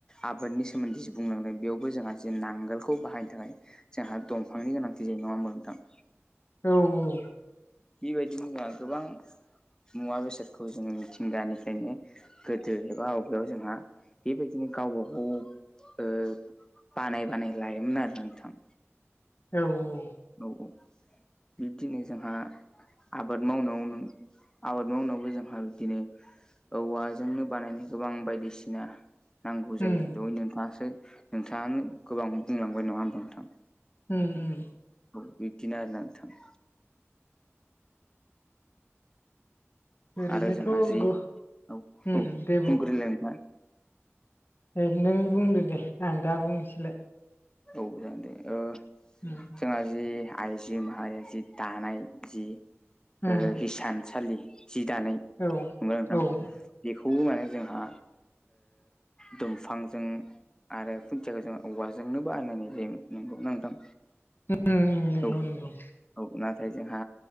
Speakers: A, on the left; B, on the left.
A: आबादनि सोमोन्दैसो बुंलांदों बेयाव बो जोंहा जे नांगोलखौ बाहायनो थाखाय जोंहा दंफांनि गोनांथि जायो नङा होनबा नोंथां?
B: औ-औ
A: बेबायदिनो मा गोबां मुवा बेसादखौ जोङो मिथिंगानिफ्रायनो गोदो एबा आबहावायाव जोंहा बेबायदिनो गावबागाव ओ बानाय बानाय लायोमोन आरोखि नोंथां।
B: औ-औ
A: औ-औ बिब्दिनो जोंहा आबाद मावनायाव आबाद मावनायावबो जोंहा बिदिनो औवाजोंनो बानायनाय गोबां बायदिसिना- नांगौ
B: उम
A: जायो दह नोंथाङासो नोंथाङानो गोबां बुंलांबाय नङा होमबा नोंथां।
B: ओम-ओम
A: औ बिबदिनो आरोना नोंथां।
B: ओरैनोथ'
A: आरो जोंहा जि
B: गो
A: औ-औ
B: उम
A: बुंग्रोलाय
B: दे
A: नोंथां-
B: एह नों बुंदो दे आं दा बुंनोसैलाय
A: औ जागोन दे ओ
B: ओम
A: जोंहा जि आइजो माहारिया जि दानाय जि
B: उम
A: ओ हिसानसालि जि दानाय नंगौना
B: औ
A: नोंथां।
B: उम
A: बेखौबो माने जोंहा दंफांजों आरो खुन्थियाखौ जों औवाजोंनो बानायनाय जायोमोन नंगौ नोंथां
B: उम नंगौ
A: औ-औ।
B: नंगौ
A: ओमफ्राय जोंहा